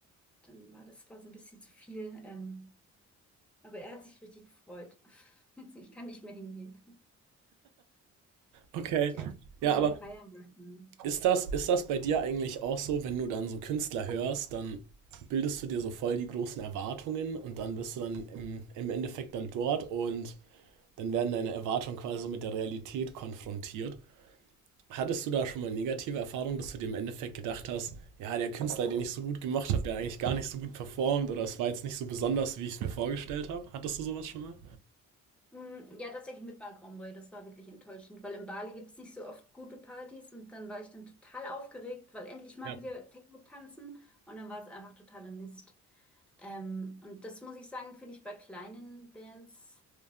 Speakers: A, in the centre; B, on the right.
A: dann war das war so ein bisschen zu viel, ähm, aber er hat sich richtig gefreut. <laughs> Ich kann nicht mehr hingehen.
B: okay.
A: Ich einfach zu
B: Ja,
A: sehr
B: aber
A: feiern lassen.
B: ist das, ist das bei dir eigentlich auch so, wenn du dann so Künstler hörst, dann bildest du dir so voll die großen Erwartungen und dann bist du dann im, im Endeffekt dann dort und dann werden deine Erwartungen quasi so mit der Realität konfrontiert. Hattest du da schon mal negative Erfahrungen, dass du dir im Endeffekt gedacht hast, ja, der Künstler, den ich so gut gemacht habe, der hat eigentlich gar nicht so gut performt oder es war jetzt nicht so besonders, wie ich es mir vorgestellt habe? Hattest du sowas schon mal?
A: Mm, Ja, tatsächlich mit Mark Romboy, das war wirklich enttäuschend, weil in Bali gibt es nicht so oft gute Partys und dann war ich dann total aufgeregt, weil endlich mal
B: Ja.
A: wieder Techno tanzen und dann war es einfach totaler Mist. Ähm, und das muss ich sagen, finde ich bei kleinen Bands,